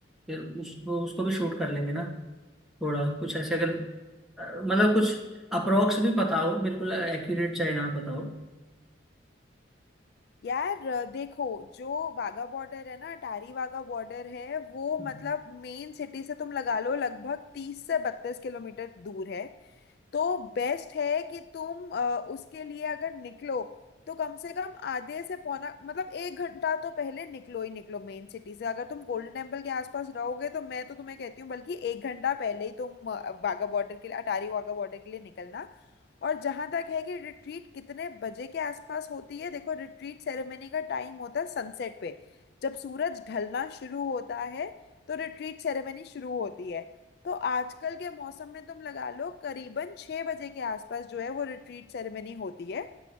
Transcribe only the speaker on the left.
यार अ, देखो जो वाघा बॉर्डर है ना अटारी वाघा बॉर्डर है वो
मतलब मेन सिटी से तुम लगा लो लगभग तीस से बत्तीस किलोमीटर दूर है तो बेस्ट है कि तुम अ, उसके लिए अगर निकलो तो कम से कम आधे से पौना मतलब एक घंटा तो पहले निकलो ही निकलो मेन सिटी से अगर तुम गोल्डन टेम्पल के आसपास रहोगे तो मैं तो तुम्हें कहती हूँ बल्कि एक घंटा पहले ही तुम अ, वाघा बॉर्डर के लिए अटारी वाघा बॉर्डर के लिए निकलना और जहां तक है कि रिट्रीट कितने बजे के आसपास होती है देखो रिट्रीट सेरेमनी का टाइम होता है सनसेट पे जब सूरज ढलना शुरू होता है तो रिट्रीट सेरेमनी शुरू होती है तो आजकल के मौसम में तुम लगा लो करीबन छः बजे के आसपास जो है वो रिट्रीट सेरेमनी होती है